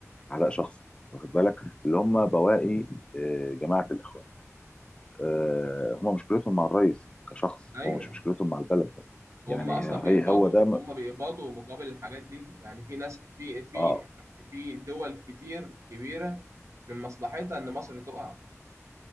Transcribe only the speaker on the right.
ايوه
هم
اصلا بيقبضوا
هم بيقبضوا مقابل الحاجات دي يعني في ناس في في
في دول كتير كبيره من مصلحتها ان مصر تقع